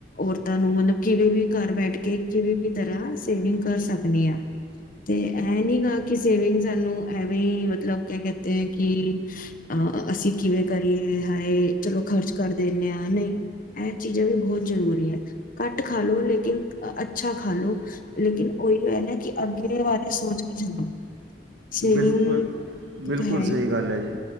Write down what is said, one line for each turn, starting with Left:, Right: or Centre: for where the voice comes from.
Left: ਔਰਤਾਂ ਨੂੰ ਮਤਲਬ ਕਿਵੇ ਵੀ ਘਰ ਬੈਠ ਕੇ ਕਿਵੇ ਵੀ ਤਰ੍ਹਾਂ ਸੇਵਿੰਗ ਕਰ ਸਕਣੀ ਆ ਤੇ ਇਹ ਨੀ ਗਾ ਕਿ ਸੇਵਿੰਗ ਸਾਨੂੰ। ਐਵੇਂ ਹੀ ਮਤਲਬ ਕ ਕਹਿਤੇ ਹੈ ।ਕਿ ਅਹ ਅਸੀਂ ਕਿਵੇਂ ਕਰੀਏ ਹਾਏ ਚਲੋ ਖਰਚ ਕਰ ਦਿੰਦੇ ਹਾਂ। ਨਹੀਂ ਇਹ ਚੀਜ਼ਾਂ ਵੀ ਬਹੁਤ ਜ਼ਰੂਰੀ ਹੈ। ਘੱਟ ਖਾ ਲੋ ਲੇਕਿਨ ਅੱਛਾ ਖਾ ਲੋ ਲੇਕਿਨ ਉਹੀ ਕ ਨਾ ਕਿ ਅੱਗੇ ਬਾਰੇ ਸੋਚ ਕੇ ਚਲੋ। ਸੇਵਿੰਗ
Right: ਬਿਲਕੁਲ ਬਿਲਕੁਲ
Left: ਹੈ।
Right: ਸਹੀ ਗੱਲ ਹੈ ਜੀ